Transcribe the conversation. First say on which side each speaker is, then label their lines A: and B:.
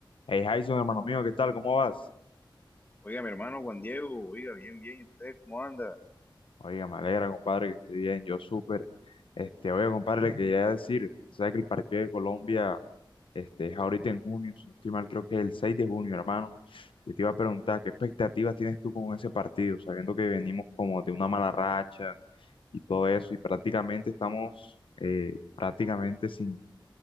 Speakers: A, on the left; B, on the left.
A: Hey, Jason, hermano mío, ¿qué tal? ¿Cómo vas?
B: Oiga, mi hermano Juan Diego, oiga, bien, bien, ¿y usted cómo anda?
A: Oiga, me alegra, compadre, que esté bien, yo súper. Este, oiga, compadre, le quería decir, ¿sabes que el partido de Colombia este, es ahorita en junio? Si no estoy mal, creo que es el 6 de junio, hermano. Yo te iba a preguntar, ¿qué expectativas tienes tú con ese partido? Sabiendo que venimos como de una mala racha y todo eso, y prácticamente estamos, eh, prácticamente sin,